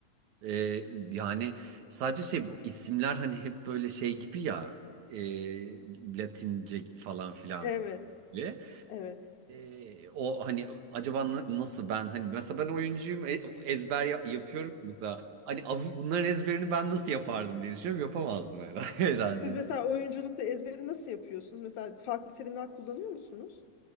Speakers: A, on the right; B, on the left.
A: Ee, yani sadece şey bu isimler hani hep böyle şey gibi ya e, Latince falan filan
B: Evet.
A: ve
B: Evet.
A: e, o hani acaba na- nasıl ben hani mesela ben oyuncuyum e- ezber ya- yapıyorum ya mesela hani abi bunların ezberini ben nasıl yapardım diye düşünüyorum yapamazdım herhalde, <laughs> herhalde.
B: Siz mesela oyunculukta ezberi nasıl yapıyorsunuz? Mesela farklı terimler kullanıyor musunuz?